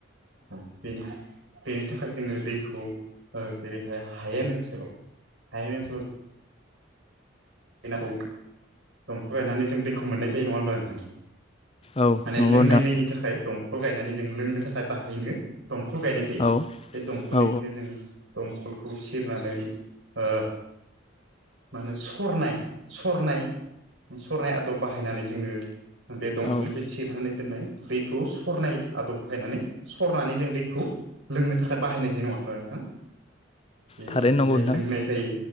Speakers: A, on the right; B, on the left.
A: औ बेनि बेनिथाख थाखाय जोङो दैखौ जेरैहाय हायेन ओनसोलाव हायेन ओनसोलाव दैखौ दंकल गायनानै जों दैखौ मोननाय जायो नङा होनोमब्ला नोंथां
B: औ
A: माने
B: नंगौ
A: लोंनाय
B: नोंथां
A: दैनि थाखाय दंखल गायनानै जों लोंनो थाखाय बाहायनो दमखल गायनाय जायो
B: औ
A: बे दंखलनिफ्रायनो
B: औ
A: जोङो दमखलखौ सेरनानै ओ मा होनो स सरनाय सरनाय सरनाय आदब बाहायनानै जोङो बे दंखलनिफ्राय
B: औ
A: सेरनानै दोननाय दैखौ सरनाय आदब बाहायनानै सरनानै जों दैखौ लोंनो थाखाय बाहायनाय जायो नङाहोनबा नोंथां बे
B: थारैनो
A: इदिहाय
B: नंगौ नोंथां
A: लोंनाय जायो